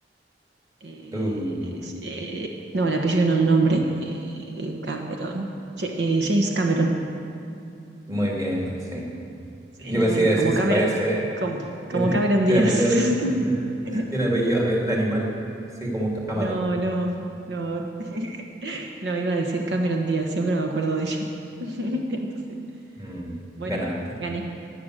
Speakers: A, on the right; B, on the right.
A: Eh,
B: Uh,
A: es- eh, no, el apellido no el nombre. Eh, Cameron. Ja- eh, James Cameron.
B: muy bien, sí.
A: Eh,
B: Yo pensé que decir,
A: como
B: se
A: Cameron,
B: parece.
A: como, como
B: Tiene,
A: Cameron
B: tiene
A: Díaz.
B: apellido, de- <laughs>
A: <laughs>
B: tiene apellido de, de animal, sí, como un camarón.
A: No, no, no. <laughs> No, iba a decir Cameron Díaz, siempre me acuerdo de ella. <laughs> Entonces,
B: Mm,
A: bueno,
B: ganaste.
A: gané,